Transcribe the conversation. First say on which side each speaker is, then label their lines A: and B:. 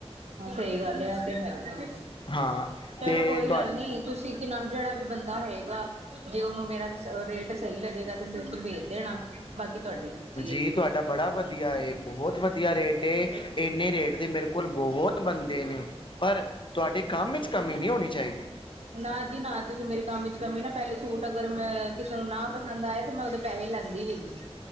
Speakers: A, on the right (about 80°); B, on the left (about 50°).
A: ਹਾਂ ਸਹੀ ਗੱਲ ਐ ਤੇ ਹੈ ਹਾਂ।
B: ਹਾਂ
A: ਚਲੋ
B: ਤੇ
A: ਕੋਈ
B: ਤੁਹਾ
A: ਗੱਲ ਨੀ ਤੁਸੀਂ ਕਿ ਨਾਲ ਜਿਹੜਾ ਵੀ ਬੰਦਾ ਹੋਏਗਾ, ਜੇ ਓਹਨੂੰ ਮੇਰਾ ਰਿਸ ਰੇਟ ਸਹੀ ਲੱਗੇਗਾ ਤੇ ਫੇਰ ਭੇਜ ਦੇਣਾ, ਬਾਕੀ ਤੁਹਾਡੀ ਮਰਜ਼ੀ ਏ।
B: ਦੀ ਤੁਹਾਡਾ ਬੜਾ ਵਧੀਆ ਏ ਬਹੋਤ ਵਧੀਆ ਰੇਟ ਏ ਇੰਨੇ ਰੇਟ ਦੇ ਮੇਰੇ ਕੋਲ ਬਹੋਤ ਬੰਦੇ ਨੇ। ਪਰ, ਤੁਆਡੇ ਕਾੰਮ ਇਚ ਕਮੀ ਨੀ ਹੋਣੀ ਚਾਈਦੀ।
A: ਨਾ ਜੀ ਨਾ ਤੁਸੀਂ ਮੇਰੇ ਕੰਮ ਚ ਕਮੀ ਨਾ ਪਹਿਲੇ ਸੂਟ ਅਗਰ ਮੈਂ ਕਿਸੇ ਨੂੰ ਨਾ ਪਸੰਦ ਆਏ ਤੇ ਮੈਂ ਉਹਦੇ ਪੈਸੇ ਲੈਂਦੀ ਵੀ ਨੀ।